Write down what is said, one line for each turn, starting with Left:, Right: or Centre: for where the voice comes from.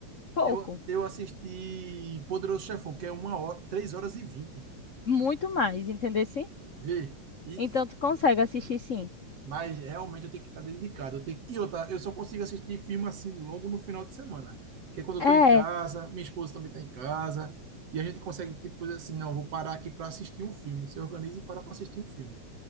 Left: Pouco,
Right: Eu, eu assisti Poderoso Chefão, que é uma hora, três horas e vinte.
Left: muito mais, entendeu? Sim?
Right: Vê. E,
Left: Então tu consegue assistir sim.
Right: Mas realmente eu tenho que estar dedicado. Eu tenho... E outra, eu só consigo assistir filme assim longo no final de semana. Porque quando eu
Left: É,
Right: estou em casa, minha esposa também está em casa, e a gente consegue, tipo, dizer assim, não, vou parar aqui para assistir um filme. Se organiza e para para assistir um filme.